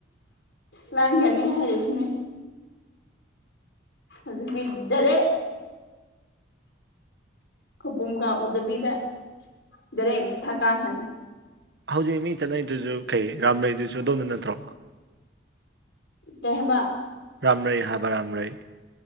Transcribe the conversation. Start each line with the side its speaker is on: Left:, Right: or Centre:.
Left: ꯂꯥꯡꯒꯥꯅꯤ ꯍꯥꯏꯁꯤꯅꯦ ꯑꯗꯨꯗꯔꯦ ꯀꯄꯨꯝ ꯀꯥ ꯎꯗꯕꯤꯗ ꯗꯔꯦ ꯑꯃꯨ ꯊꯛꯀꯥ ꯈꯅꯤ
Right: ꯍꯧꯖꯤꯛ ꯃꯤ ꯆꯠꯅꯩꯗꯨꯁꯨ ꯀꯩ ꯔꯥꯝꯕꯩꯗꯨꯁꯨ ꯑꯗꯝꯅ ꯅꯠꯇ꯭ꯔꯣ
Left: ꯀꯩ ꯍꯏꯕꯥ
Right: ꯔꯝ꯭ꯔꯩ ꯍꯥꯥꯕ ꯔꯝ꯭ꯔꯩ